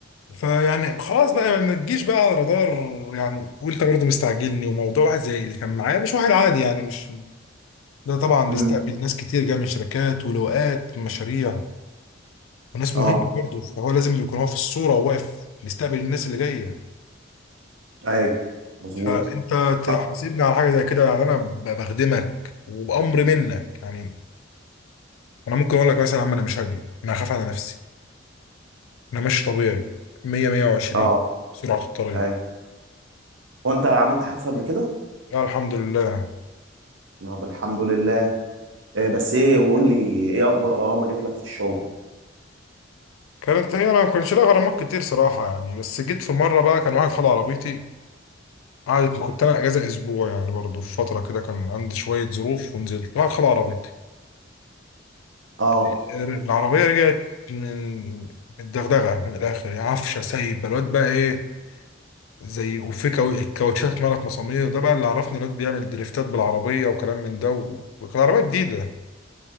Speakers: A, on the left; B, on the right.
A: فيعني خلاص بقى ما تجيش بقى على رادار يعني وانت برضه مستعجلني وموضوع واحد زي اللي كان معايا مش واحد عادي يعني مش ده طبعا
B: امم
A: بيستقبل ناس كتير جايه من شركات ولواءات مشاريع وناس
B: اه
A: مهمه برضه فهو لازم يكون هو في الصوره وواقف بيستقبل الناس اللي جايه
B: ايوه مظبوط
A: فانت تحاسبني
B: اه
A: على حاجه زي كده يعني انا ب- بخدمك وبامر منك يعني انا ممكن اقول لك مثلا يا عم انا مش هجري انا هخاف على نفسي انا ماشي طبيعي 100 120
B: آه،
A: سرعه الطريق
B: ايوه هو انت عملت حادثه قبل كده؟
A: لا الحمد لله
B: طب الحمد لله إيه بس ايه وقول لي ايه اكبر غرامه جات لك في الشغل؟
A: كانت هي انا ما كنتش لاقي غرامات كتير صراحه يعني بس جيت في مره بقى كان واحد خد عربيتي قعدت كنت انا اجازه اسبوع يعني برضه في فتره كده كان عندي شويه ظروف ونزلت واحد خد عربيتي
B: اه
A: العربيه رجعت من من الدغدغه من الاخر يعني عفشه سايب الواد بقى ايه زي وفي كاو- الكاوتشات مالت مسامير ده بقى اللي عرفني الواد بيعمل دريفتات بالعربيه وكلام من ده و- وكان عربيه جديده